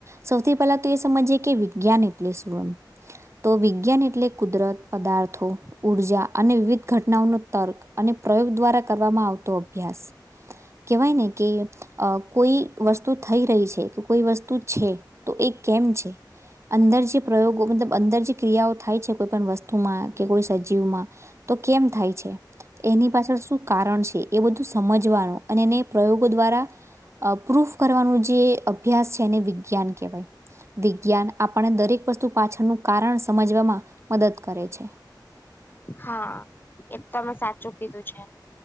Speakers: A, on the right; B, on the left.
A: સૌથી પહેલા તો એ સમજીએ કે વિજ્ઞાન એટલે શું એમ. તો વિજ્ઞાન એટલે કુદરત પદાર્થો. ઉર્જા અને વિવિધ ઘટનાઓનો તર્ક અને પ્રયોગ દ્વારા કરવામાં આવતો અભ્યાસ. કેવાય ને કે કોઈ અ વસ્તુ થઈ રહી છે. કે કોઈ વસ્તુ છે તો એ કેમ છે. અંદર જે પ્રયોગો મતલબ અંદર જે ક્રિયાઓ થાય છે કોઈ પણ વસ્તુમાં કે કોઈ સજીવમાં તો કેમ થાય છે? એની પાછળ શું કારણ છે એ બધું સમજવાનું અને એને પ્રયોગો દ્વારા અ પ્રૂફ કરવાનું જે અભ્યાસ છે એને વિજ્ઞાન કહેવાય. વિજ્ઞાન આપણને દરેક વસ્તુ પાછળનું કારણ સમજવામાં મદદ કરે છે.
B: હા એજ તો તમે સાચું કીધું છે.